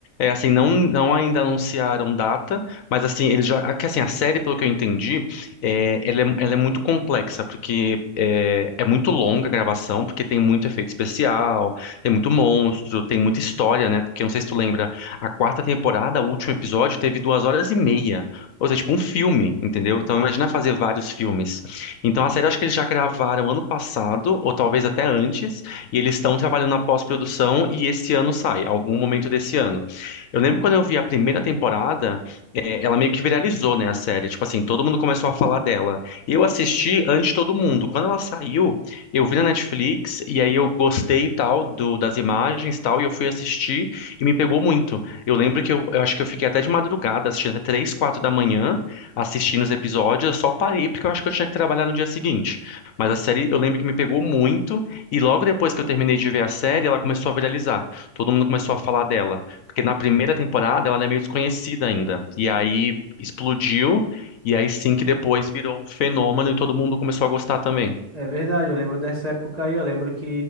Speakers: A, on the left; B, on the right.
A: é assim, não, não ainda anunciaram data, mas assim, eles já, que assim, a série, pelo que eu entendi, é, ela é, ela é muito complexa, porque é, é muito longa a gravação, porque tem muito efeito especial, tem muito monstro, tem muita história, né? Porque não sei se tu lembra, a quarta temporada, o último episódio, teve duas horas e meia, ou seja, tipo um filme, entendeu? Então imagina fazer vários filmes. Então a série, eu acho que eles já gravaram ano passado, ou talvez até antes, e eles estão trabalhando na pós-produção e esse ano sai, algum momento desse ano. Eu lembro quando eu vi a primeira temporada, é, ela meio que viralizou, né, a série. Tipo assim, todo mundo começou a falar dela. Eu assisti antes de todo mundo. Quando ela saiu, eu vi na Netflix e aí eu gostei e tal do, das imagens e tal e eu fui assistir e me pegou muito. Eu lembro que eu, eu acho que eu fiquei até de madrugada assistindo até três, quatro da manhã assistindo os episódios. Eu só parei porque eu acho que eu tinha que trabalhar no dia seguinte. Mas a série eu lembro que me pegou muito. E logo depois que eu terminei de ver a série, ela começou a viralizar. Todo mundo começou a falar dela. Porque na primeira temporada ela é meio desconhecida ainda. E aí explodiu, e aí sim que depois virou um fenômeno e todo mundo começou a gostar também.
B: É verdade, eu lembro dessa época aí, eu lembro que